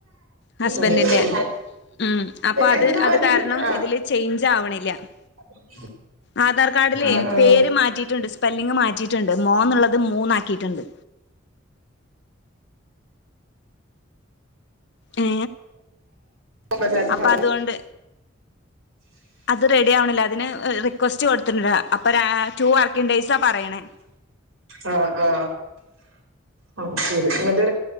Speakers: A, on the left; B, on the right.
A: ഹസ്ബന്റിന്റെ
B: അത് ശരി
A: ഉം അപ്പൊത്
B: എന്ത് മാറ്റിട്ടുണ്ട്
A: അത് കാരണം
B: ആഹ്
A: ഇതില് ചേഞ്ച് ആവണില്ല അ
B: <inaudible>
A: ആധാർ കാർഡിലെ
B: ആഹ് ആഹ്
A: പേര് മാറ്റിയിട്ടുണ്ട്, സ്പെല്ലിംഗ് മാറ്റിയിട്ടുണ്ട്, മോ ന്നുള്ളത്. അത് മൂന്നാക്കിയിട്ടുണ്ട്. ഏ
B: ബജാജിന്റെ
A: അപ്പൊ
B: മാതിരി
A: അതുകൊണ്ട് അത് റെഡി ആവണില്ല. അതിന് റിക്വസ്റ്റ് കൊടുത്തിട്ടുണ്ട്. അപ്പൊ ണ്ടെയ്സാ പറയണേ
B: ആ ആ അ ശരി എന്നിട്ട്?